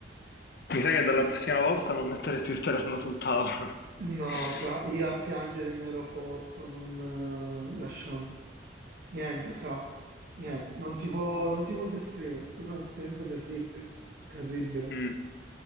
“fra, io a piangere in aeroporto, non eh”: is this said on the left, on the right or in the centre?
Right